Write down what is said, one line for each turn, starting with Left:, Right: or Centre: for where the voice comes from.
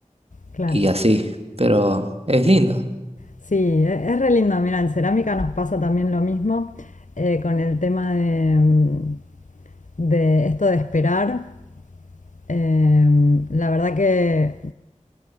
Left: claro.
Right: y así. Pero es lindo.
Left: Sí, e- es re lindo. Mira, en cerámica nos pasa también lo mismo eh, con el tema de, mm, de esto de esperar. Eh, la verdad que